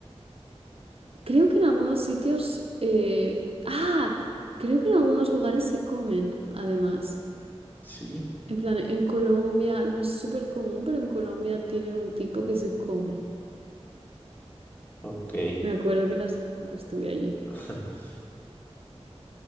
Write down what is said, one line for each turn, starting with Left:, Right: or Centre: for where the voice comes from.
Right: Creo que en algunos sitios, eh, ah, creo que en algunos lugares se comen, además.
Left: sí,
Right: En plan, en Colombia no es súper común, pero en Colombia tienen un tipo que se come.
Left: ok.
Right: Me acuerdo que la semana estuve allí.
Left: <laughs>